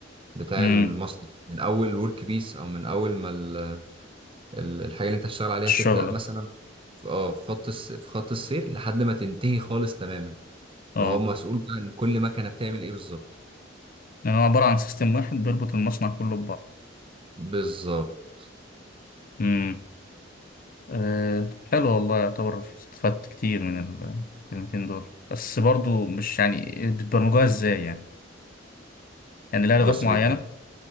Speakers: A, on the right; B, on the left.
A: بتاع
B: مم.
A: المصنع من اول ورك بيس او من اول ما ال... ال- الحاجه اللي انت هتشتغل عليها
B: الشغلة
A: تبدا مثلا في اه في خط الس... في خط السير لحد ما تنتهي خالص تماما
B: اه
A: فهو مسؤول بقى ان كل مكنه بتعمل ايه بالظبط
B: يعني هو عبارة عن سيستم واحد بيربط المصنع كله
A: بالظبط
B: ببعضه أه طب حلو والله يعتبر استفدت كتير من ال- الكلمتين دول بس برضو مش يعني بتبرمجوها ازاي يعني يعني لها لغات
A: بص
B: معينة
A: بيكون